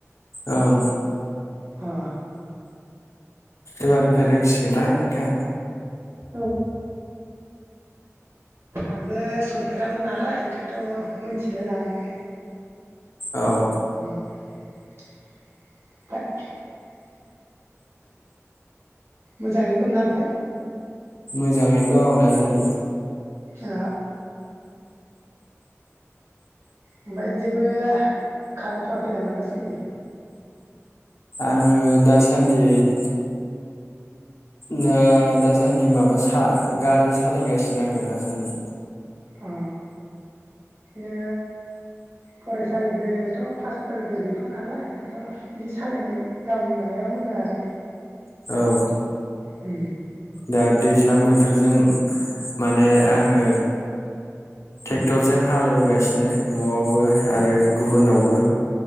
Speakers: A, on the left; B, on the right.
A: ओं
B: अ।
A: एबार <unintelligible> रोंसिगोना नोंथाङा?
B: औ आंबो संफेरामोन नालाय ओंखायथ' मोनथिलायलाङामोन
A: औ
B: <unintelligible> मोजाङैनो दंना ओमफाय?
A: मोजाङैनो दं दासान्दि।
B: ओ ओमफाय जेबो खालामथ'वाखै नामा दासानदि?
A: आङो दासान्दिथ दा दासान्दि माबा सा गारि सालायगासिनो आङो दासान्दि।
B: अ नो फरायसालिबोथ' क्लासफोरबो गैथ'व नालाय ओंखायथ' इदि सालायनाय गावनि माबायाव मोजां आरो
A: औ
B: उ
A: दा दैज्लां बोथोरजों माने आङो टेक्टरजों हालेवगासिनो न'आवबो आरो गुबुनावबो।